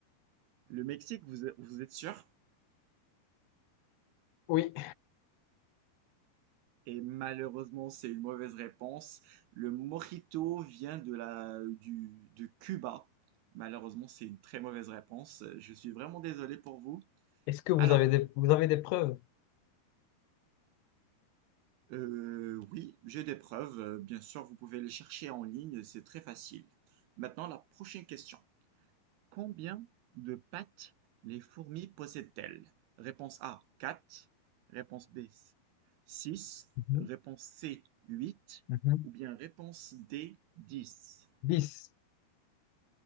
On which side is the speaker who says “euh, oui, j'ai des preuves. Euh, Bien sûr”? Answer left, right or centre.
Right